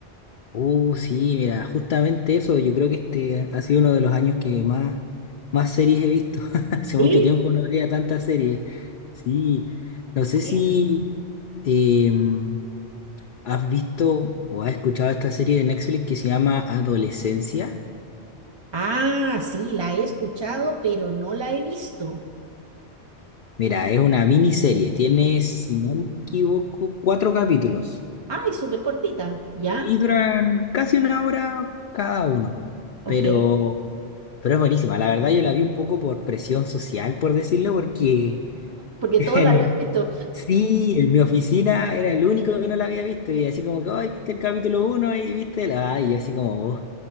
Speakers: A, on the left; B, on the right.
A: Uh, sí, mira, justamente eso, yo creo que este ha sido uno de los años que más, más series he visto. <laughs> Hace
B: ¿Eh?
A: mucho tiempo no veía tantas series. Sí, no sé
B: Bueno.
A: si em, has visto o has escuchado esta serie de Netflix que se llama Adolescencia.
B: Ah, sí, la he escuchado, pero no la he visto.
A: Mira, es una miniserie, tiene, si no me equivoco, cuatro capítulos.
B: Ah, es súper cortita, ¿ya?
A: Y duran casi una hora cada uno.
B: Ok,
A: Pero, pero es buenísima. La verdad yo la vi un poco por presión social, por decirlo, porque <laughs>
B: porque
A: en,
B: todos la habían visto.
A: sí, en mi oficina era el único que no la había visto. Y así como que, ay, viste el capítulo uno y viste la... Ay, y así como, "Oh,